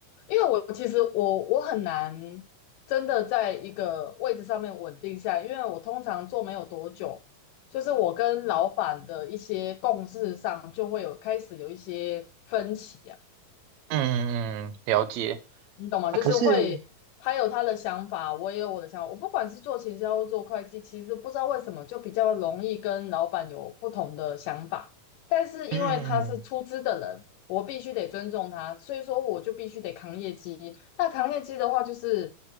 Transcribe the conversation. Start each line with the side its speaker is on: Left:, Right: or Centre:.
Left: 因为我其实我我很难真的在一个位置上面稳定下来，因为我通常做没有多久，就是我跟老板的一些共识上就会有开始有一些分歧啊。
Right: 嗯嗯，嗯了解。
Left: 你懂吗？
Right: 啊，
Left: 就是会，
Right: 可是
Left: 他有他的想法，我也有我的想法。我不管是做行销或做会计，其实不知道为什么就比较容易跟老板有不同的想法。但是因为他是出资的人，
Right: 嗯，
Left: 我必须得尊重他，所以说我就必须得扛业绩。那扛业绩的话，就是，